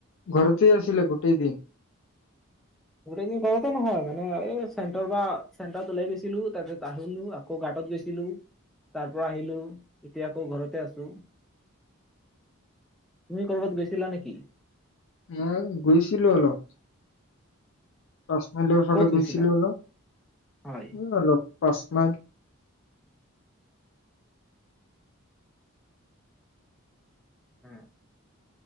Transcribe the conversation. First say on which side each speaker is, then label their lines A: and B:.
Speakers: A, on the left; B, in the centre.
A: ঘৰতেই আছিলে গোটেই দিন
B: গোটেই দিন পতে নহয় মানে এই চেণ্টাৰ বা চেণ্টাৰত ওলাই গৈছিলো, তাৰপিছত আহিলো আকৌ গাঁতত গৈছিলো, তাৰ পৰা আহিলো এতিয়া আকৌ ঘৰতে আছো। তুমি কৰবাত গৈছিলা নেকি?
A: উম, গৈছিলো অলপ। পাছমিলৰ ফালে
B: ক'ত গৈছিলা
A: গৈছিলো অলপ
B: হয়
A: উ অলপ। <unintelligible>
B: উম।